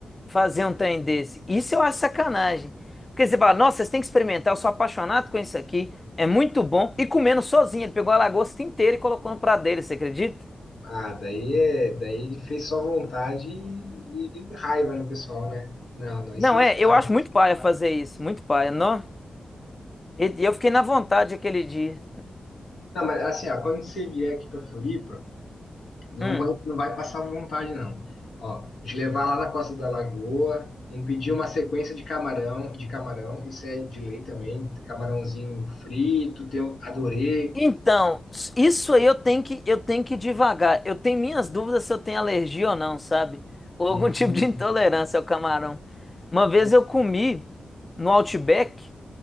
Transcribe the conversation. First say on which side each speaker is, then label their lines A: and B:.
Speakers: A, on the left (about 30°); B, on the left (about 80°).
A: fazer um trem desse. Isso eu acho sacanagem. Porque você fala, nossa, vocês têm que experimentar, eu sou apaixonado com isso aqui, é muito bom. E comendo sozinho, ele pegou a lagosta inteira e colocou no prato dele, você acredita?
B: Ah, daí, é, daí ele fez só vontade e, e raiva no pessoal, né? Não, não,
A: Não,
B: isso não
A: é,
B: se faz.
A: eu acho muito paia fazer isso, muito paia, não? E e eu fiquei na vontade aquele dia.
B: Não, mas assim, ó, quando você vier aqui para Floripa, Não
A: Hum.
B: vai, não vai passar vontade, não. Ó, de levar lá na Costa da Lagoa, um pedir uma sequência de camarão, de camarão, isso é de lei também, camarãozinho frito, tem, o- adorei.
A: Então, s- isso aí eu tenho que eu tenho que ir devagar. Eu tenho minhas dúvidas se eu tenho alergia ou não, sabe? Ou
B: Hum,
A: algum <laughs> tipo de intolerância ao camarão. Uma vez
B: ó,
A: eu comi no Outback